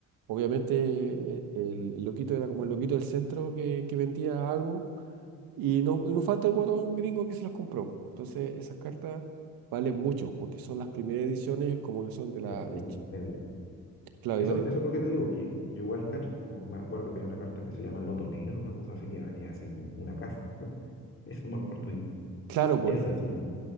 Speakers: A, on the right; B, on the left.
A: obviamente eh, el, el loquito era como el loquito del centro que, que vendía algo y no, y no falta el guatón gringo que se las compró. Entonces esas cartas valen mucho porque son las primeras ediciones como que son de la...
B: La primera,
A: hech-
B: el-
A: Claro,
B: Eso,
A: y vale-
B: eso es lo que te digo, que yo igual cacho, me acuerdo que hay una carta que se llama Loto Negro, una cosa así que valía así como una casa. <laughs> Eso me acuerdo yo.
A: claro,
B: ¿Es así?